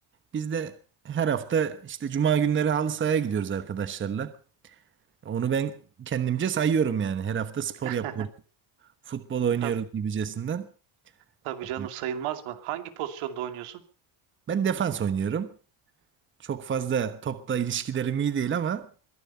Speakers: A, on the right; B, on the right.
A: Biz de her hafta işte cuma günleri halı sahaya gidiyoruz arkadaşlarla. Onu ben kendimce sayıyorum yani. Her hafta spor
B: <laughs>
A: yapıyoruz. Futbol oynuyoruz
B: Tabii,
A: gibicesinden.
B: tabii
A: E,
B: canım sayılmaz mı hangi pozisyonda oynuyorsun?
A: Ben defans oynuyorum. Çok fazla topla ilişkilerim iyi değil ama